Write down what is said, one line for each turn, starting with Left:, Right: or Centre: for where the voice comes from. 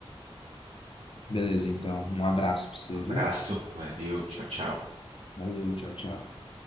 Left: Beleza, então, um abraço pra você,
Right: Um
Left: viu?
Right: abraço, valeu, tchau, tchau.
Left: Valeu, tchau, tchau.